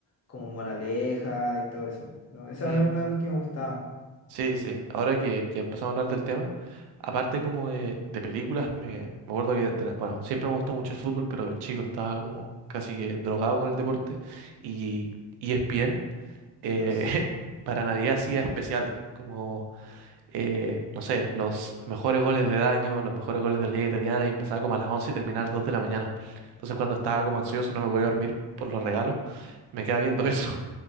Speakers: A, on the left (about 40°); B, on the right (about 75°).
A: como moraleja y todo eso. Pero esa
B: Mm.
A: era una de las que me gustaba.
B: Sí, sí. Ahora que, que empezamos a hablar del tema, aparte como de, de películas, me, me acuerdo que, de la- bueno, siempre me gustó mucho el fútbol, pero el chico estaba como casi que drogado con el deporte. Y ESPN eh,
A: Dios.
B: <laughs> para Navidad hacía especiales, como eh, no sé, los mejores goles de daño, los mejores goles de la liga italiana y empezaba como a las 11 y terminaba a las 2 de la mañana. Entonces cuando estaba como ansioso, no me podía dormir por los regalos, me quedaba viendo eso. <laughs>